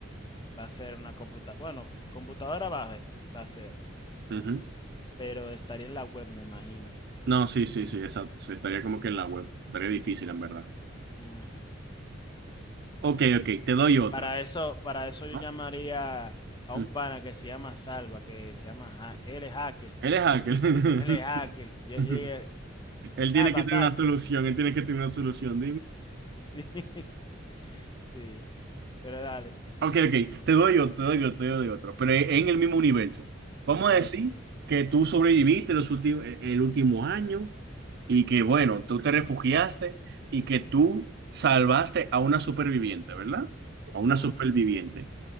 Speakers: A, on the left (about 25°); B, on the right (about 60°).
A: Va a ser una computadora. Bueno, computadora va a, haber- va a ser,
B: Ujú.
A: pero estaría en la web, me imagino.
B: No, sí, sí, sí, exacto. sí, estaría como que en la web. Estaría difícil, en verdad.
A: Ujú.
B: Ok, ok, te doy otro.
A: Para eso, para eso yo
B: ¿no?
A: llamaría a
B: Mm.
A: un pana que se llama Salva, que se llama, ha- que él es hacker.
B: Él es hacker.
A: Él es hacker. Yo
B: <laughs>
A: llegué,
B: Él
A: Salva,
B: tiene que
A: attack
B: tener una solución, él tiene que tener una solución,
A: Sí, <laughs> sí, pero dale,
B: Ok, ok, te doy otro, te doy otro, te doy otro, pero e- en el mismo universo. Vamos
A: dale.
B: a decir que tú sobreviviste los últimos, el último año y que, bueno, tú te refugiaste y que tú salvaste a una superviviente, ¿verdad? A una
A: Ujú,
B: superviviente.